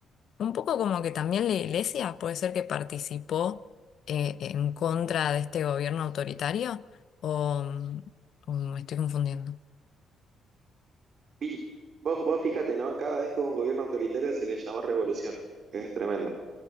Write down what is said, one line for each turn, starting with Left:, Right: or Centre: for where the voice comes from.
Left: un poco como que también la iglesia puede ser que participó eh, en contra de este gobierno autoritario o, o me estoy confundiendo.
Right: Y vos, vos fíjate, ¿no? Cada vez que hubo un gobierno autoritario se le llamó revolución, que es tremendo.